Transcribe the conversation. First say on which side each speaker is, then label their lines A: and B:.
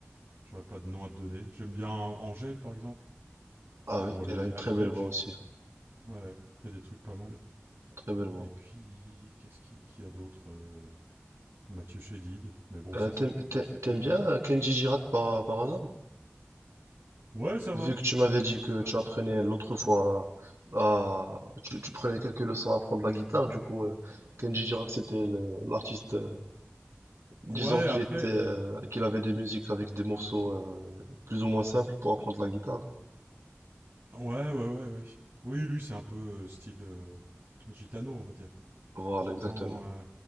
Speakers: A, on the right; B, on the right.
A: J'aurais pas de nom à te donner. J'aime bien Angèle, par exemple.
B: Ah
A: Mais
B: oui,
A: bon,
B: elle
A: elle
B: a une
A: est,
B: très
A: elle est belge.
B: belle voix aussi,
A: Ouais, fait des trucs pas mal.
B: très belle voix.
A: Et puis, qu'est-ce qu'il qui y a d'autre Euh, Mathieu Chédid. Mais bon,
B: Euh,
A: ça,
B: t'aimes,
A: c'est plus,
B: t'a-
A: c'est plutôt.
B: t'aimes bien euh, Kenji Girac par, par hasard?
A: Ouais, ça
B: Vu
A: va.
B: que tu m'avais dit
A: Ah,
B: que
A: ça.
B: tu apprenais l'autre fois à, tu, tu prenais quelques leçons à apprendre la guitare, du coup, euh, Kenji Girac, c'était le- l'artiste, euh, disons
A: Ouais,
B: qu'il
A: après.
B: était, euh, qu'il avait des musiques avec des morceaux, euh, plus ou moins simples pour apprendre la guitare.
A: Ouais, ouais, ouais, ouais. Oui, lui, c'est un peu euh, style euh, gitano, on va dire.
B: Voilà,
A: Gitan.
B: exactement.
A: euh,